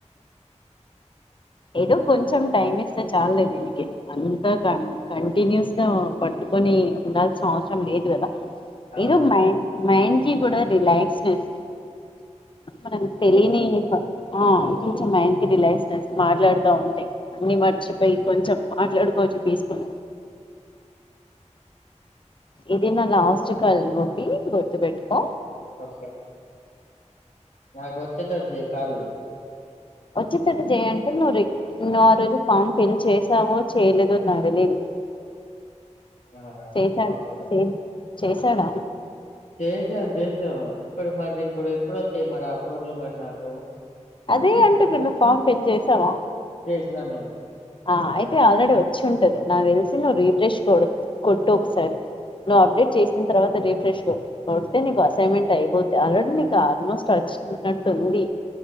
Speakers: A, on the left; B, on the left.
A: ఏదో కొంచం టైం ఇస్తే చాల్లే దీనికి అంతా కంటిన్యూస్గ పట్టుకొని నీ ఉండాల్సిన అవసరం లేదు కదా
B: అవును.
A: ఏదో మైండ్ మైండ్కి కూడా రిలాక్స్నెస్ మనకు
B: ఫ్రీగా
A: తెలీని
B: ఉండు.
A: ఆ కొంచం మైండ్కి రిలైస్నెస్ మాట్లాడ్తా ఉంటే అన్ని మర్చిపోయి కొంచం మాట్లాడుకొ వేస్కొల ఇదే నా లాస్ట్ కాల్ గోపి గుర్తు పెట్కో
B: ఓకే నాక్ వచ్చేతట్టు చెయ్ కాల్లు
A: వచ్చేటట్టు చేయంటే నువ్ నువ్వు ఆ రోజు ఫామ్ ఫిల్ చేశావో చేయలేదో నాక్ తెలీదు.
B: ఆ!
A: చేసాడు.
B: ఆఫర్‌లు.
A: చే చేశాడా?
B: చేసాం చేసాం ఇప్పుడ్ మరి ఇప్పుడు ఎప్పుడు వస్తయి మరి ఆ ఫోన్లు మరి నాకు
A: అదే అంటున్న నువ్ ఫార్మ్ ఫిల్ చేసావా
B: తిన నేను
A: ఆ అయితే ఆల్రెడీ వచ్చి ఉంటది నావ వెలిసి నువ్వు రీఫ్రెష్ కొడు కొట్టు ఒకసారి నువ్వు అప్డేట్
B: ఓకే.
A: చేసిన తర్వాత రే ఫ్రెష్ కొ కొడితే నీకు అసైన్మెంట్ అయిపోద్ది, ఆల్రెడీ నీకు ఆల్మోస్ట్ వచ్చినట్టు ఉంది.